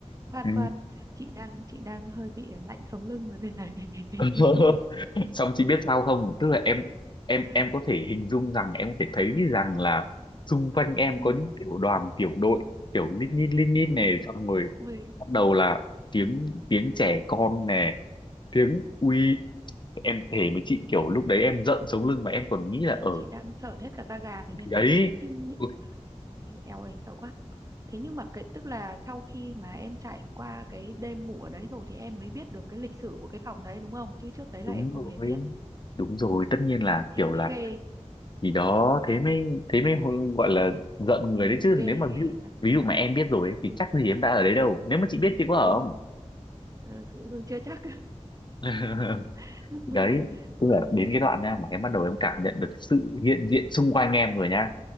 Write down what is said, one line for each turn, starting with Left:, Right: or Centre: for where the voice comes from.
Right: khoan
Left: ừ.
Right: khoan chị đang chị đang hơi bị lạnh sống lưng rồi đây này
Left: <laughs>
Right: <laughs>
Left: xong chị biết sao không tức là em em
Right: Ơi,
Left: em có thể hình dung rằng em có thể thấy rằng là xung quanh em
Right: ừ,
Left: có những tiểu đoàn tiểu đội kiểu lít nhít lít nhít
Right: ừ.
Left: này xong rồi
Right: Ui,
Left: bắt đầu là tiếng tiếng trẻ con nè tiếng uy em thề với chị kiểu lúc đấy em giận sống lưng mà em còn nghĩ
Right: chị
Left: là ở
Right: chị đang sởn hết cả da gà rồi đây
Left: đấy
Right: này nhưng nhị-
Left: Ui,
Right: éo ơi sợ quá Thế nhưng mà cái tức là sau khi mà em trải qua cái đêm ngủ ở đấy rồi thì em mới biết được cái lịch sử của cái phòng đấy đúng không? Chứ trước đấy là
Left: đúng
Right: em không
Left: rồi
Right: hề biết.
Left: đúng rồi
Right: Ừ,
Left: tất nhiên là
Right: thế
Left: kiểu
Right: mới
Left: là
Right: ghê,
Left: gì đó thế mới thế
Right: đúng
Left: mới
Right: rồi,
Left: hô- gọi là giận người đấy chứ
Right: ghê
Left: nếu mà
Right: ghê
Left: ví dụ
Right: thật
Left: ví dụ mà em biết rồi ấy, thì chắc gì em đã ở đấy đâu nếu mà chị biết chị có ở
Right: đúng.
Left: không
Right: Ờ, cứ cứ chưa chắc.
Left: <laughs>
Right: <laughs>
Left: đấy tức
Right: ừ,
Left: là đến cái đoạn nha mà em bắt đầu em cảm nhận được sự hiện diện xung quanh em rồi nha